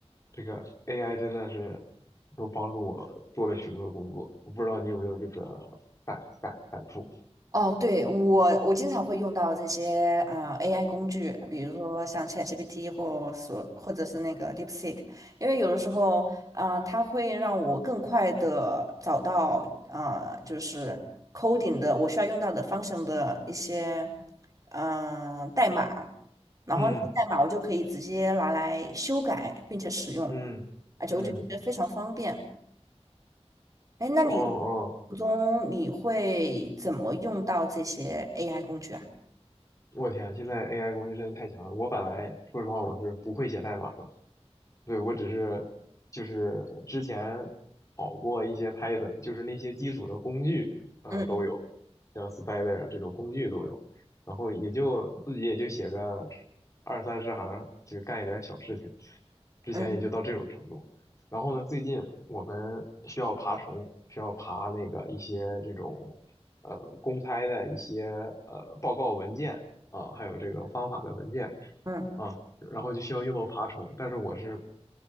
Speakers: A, on the left (about 30°); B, on the right (about 30°).
A: 这个 AI 真的是都帮助我做了许多的工作。我不知道你有没有这个感感感触？
B: 哦，对，我我经常会用到这些啊 AI 工具，比如说像 ChatGPT 或所或者是那个 DeepSeek，因为有的时候，啊，它会让我更快的找到啊，就是 coding 的我需要用到的 function 的一些嗯、呃代码，然后那个代码我就可以直接拿来修改并且使用，
A: 嗯嗯嗯，
B: 而且我就觉得非常方便。哎，那你
A: 哦哦。
B: 途中你会怎么用到这些 AI 工具啊？
A: 我天，现在 AI 工具真的太强了。我本来说实话，我是不会写代码的，对，我只是就是之前好过一些 Python，就是那些基础的工具啊、
B: 嗯
A: 都有，像 Spider 啊这种工具都有，然后也就自己也就写个二三十行，就干一点小事情，之前也就到这种程度。
B: 嗯
A: 然后呢，最近我们需要爬虫，需要爬那个一些这种呃公开的一些呃报告文件啊，还有这种方法的文件
B: 嗯，
A: 啊，然后就需要用到爬虫，但是我是